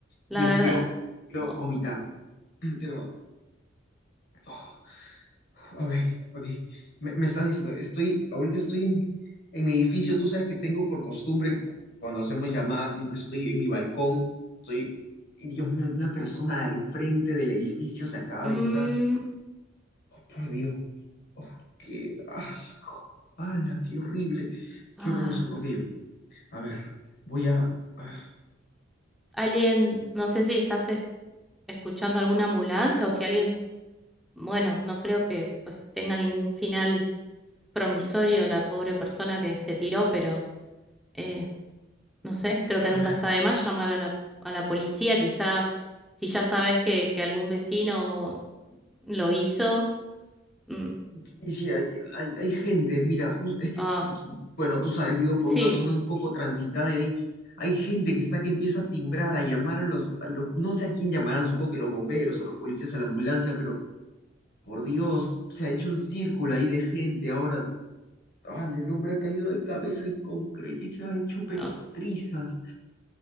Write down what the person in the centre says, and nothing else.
La
verdad.
o-
mm,
ah,
alguien, no sé si estás es- escuchando alguna ambulancia o si alguien, bueno, no creo que pues tenga ningún final promisorio la pobre persona que se tiró, pero eh, no sé, creo que nunca
está de más llamar a la, a la policía. Quizá si ya sabes que, que algún vecino lo hizo. mm,
ah,
sí.
no.